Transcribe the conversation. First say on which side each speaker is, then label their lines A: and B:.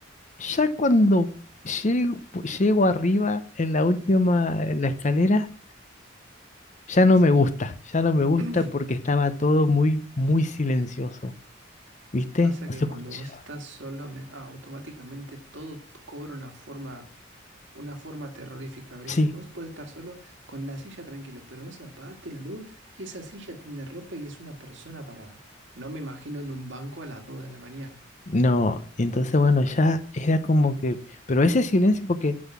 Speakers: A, on the left; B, on the right.
A: Ya cuando llego, llego arriba en la última, en la escalera. Ya no
B: Sí.
A: me gusta, ya no me gusta
B: <clears throat>
A: porque estaba todo muy, muy silencioso, ¿viste?
B: Pasa que
A: No se
B: cuando
A: escuchaba.
B: vos estás solo, me- ah, automáticamente todo t- cobra una forma, una forma terrorífica, ¿viste?
A: Sí,
B: Vos podés estar solo con la silla tranquila, pero vos apagaste la luz y esa silla tiene ropa y es una persona parada. No me imagino en un banco a las dos de la mañana.
A: no, entonces bueno, ya era como que, pero ese silencio, porque